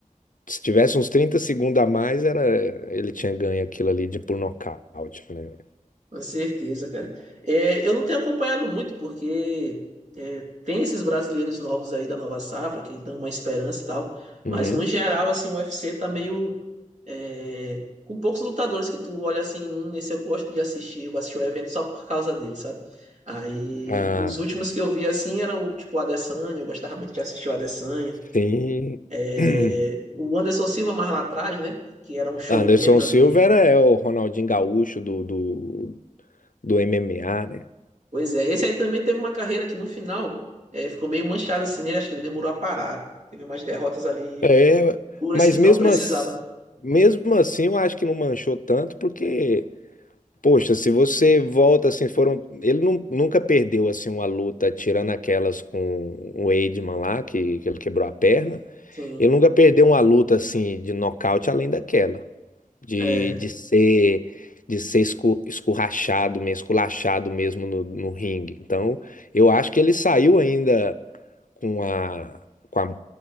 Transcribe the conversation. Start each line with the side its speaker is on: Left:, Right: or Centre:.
Left: se tivesse uns 30 segundos a mais, era ele tinha ganho aquilo ali de por nocaute, né?
Right: Com certeza, cara. É, eu não tenho acompanhado muito, porque é, tem esses brasileiros novos aí da nova safra que dão uma esperança e tal, mas
Left: Uhum.
Right: no geral, assim, o UFC tá meio. é, com poucos lutadores que tu olha assim, hum, esse eu gosto de assistir, eu vou assistir o evento só por causa dele, sabe? Aí,
Left: Ah,
Right: os últimos que eu vi assim eram tipo o Adesanya, eu gostava muito de assistir o Adesanya.
Left: sim.
Right: É,
Left: <clears throat>
Right: o Anderson Silva mais lá atrás, né? Que era um showman
Left: Anderson
Right: também.
Left: Silva era é, o Ronaldinho Gaúcho do, do, do MMA, né?
Right: Pois é, esse aí também teve uma carreira que no final é, ficou meio manchada assim nele, acho que ele demorou a parar. Teve umas derrotas ali
Left: É,
Right: duras
Left: mas
Right: que não
Left: mesmo,
Right: precisava.
Left: as- mesmo assim eu acho que não manchou tanto, porque Poxa, se você volta assim, foram. Ele nu- nunca perdeu assim uma luta, tirando aquelas com o Weidman lá, que, que ele quebrou a perna.
Right: Sim,
Left: Ele nunca perdeu uma luta assim de nocaute além daquela. De,
Right: é,
Left: de ser de ser escu- escurrachado mesmo, esculachado mesmo no, no ringue. Então, eu acho que ele saiu ainda com a, com a,